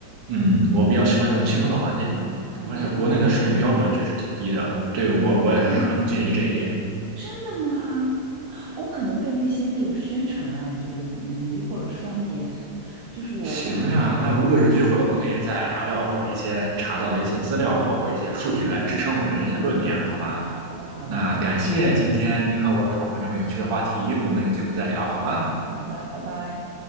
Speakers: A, on the right (about 45°); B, on the right (about 65°).
A: 嗯，我比较喜欢这种轻松的环境。
B: 哦，
A: 而且国内的食品标准确实挺低的，
B: 那你还上
A: 对我我也是很建议这一点。
B: 哦，真的吗？我可能被那些那种宣传啊，就是迷迷惑了双眼，<laughs> 就是我会觉得。
A: 行呀，那如果有机会，我们可以再聊聊我一些查到的一些资料，
B: 哦
A: 包括一些数据来支撑我的这些论点，好吧？
B: 好的，好的，
A: 那感谢今天你和我讨论这么有趣的话题，
B: 好的，嗯
A: 我们有机会再聊好吗？
B: 好的，拜拜。